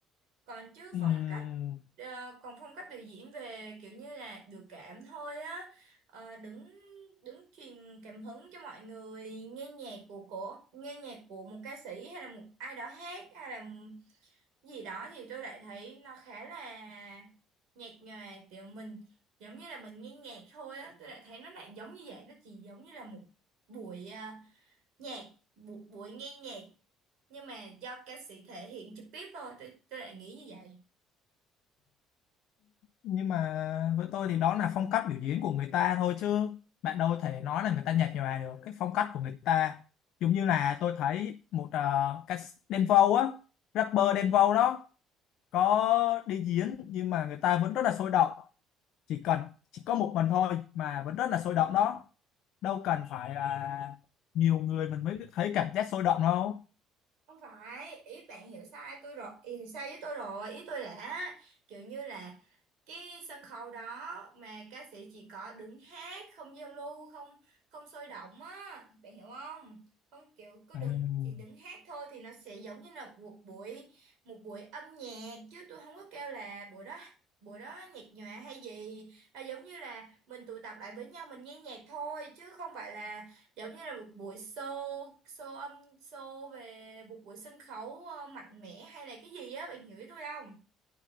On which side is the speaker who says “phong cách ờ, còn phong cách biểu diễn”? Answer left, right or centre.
Right